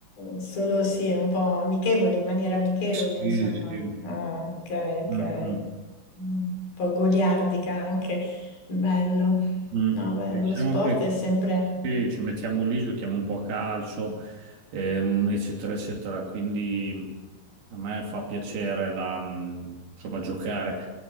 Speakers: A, on the left; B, on the right.
A: solo sì, un po' amichevole, in maniera amichevole,
B: Sì,
A: insomma.
B: sì.
A: Ah, ok, ok.
B: Mm, mm.
A: Mm, Un po' goliardica anche. Bello.
B: Mm.
A: No, beh,
B: Diciamo
A: lo sport
B: che
A: è sempre...
B: sì, ci mettiamo lì, giochiamo un po' a calcio, ehm, eccetera, eccetera. Quindi a me fa piacere la, mm, insomma, giocare.